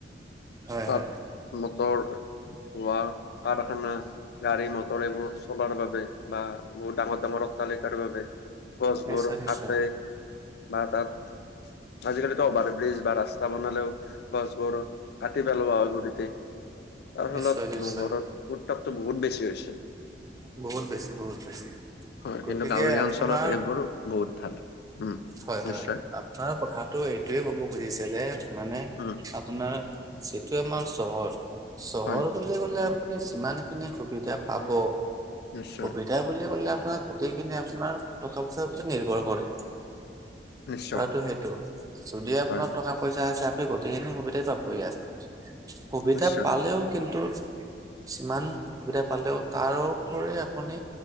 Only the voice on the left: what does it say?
তাত
মটৰ হোৱা কাৰখানা গাড়ী মটৰ এইবোৰ চলাৰ বাবে বা বহুত ডাঙৰ ডাঙৰ অতাল্লিকাৰ বাবে গছবোৰ
কাতে বা তাত আজিকালিতো অভাৰ ব্ৰিজ বা ৰাস্তা বনালেও গছবোৰ কাটি পেলোৱা হয় গুৰিতে। তাৰ ফলত
নগৰত উত্তাপটো বহুত বেছি হৈছে।
হয়
কিন্তু গাঁৱলীয়া
অঞ্চলত এইবোৰ বহুত ভাল উম
নিশ্চয়
উম
হয়
নিশ্চয়
নিশ্চয়
হয়
নিশ্চয়